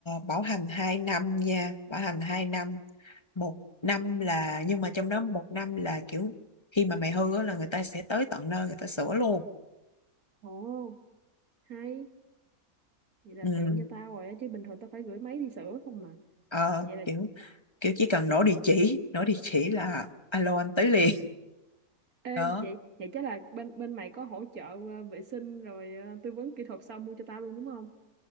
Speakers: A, on the left; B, on the right.
A: bảo hành 2 năm nha bảo hành 2 năm một năm là nhưng mà trong đó một năm là kiểu khi mà mày hư á là người ta sẽ tới tận nơi người ta sửa luôn
B: ồ hay vậy là
A: ừ.
B: tiện cho tao rồi á chứ bình thường tao phải gửi máy đi sửa không mà
A: Ờ,
B: vậy là
A: kiểu kiểu chỉ cần nổ địa chỉ nổ địa chỉ là alo anh tới liền <laughs>
B: Ê,
A: đó
B: vậy vậy chắc là bên bên mày có hỗ trợ ờ, vệ sinh rồi ờ, tư vấn kỹ thuật sau mua cho tao luôn đúng không?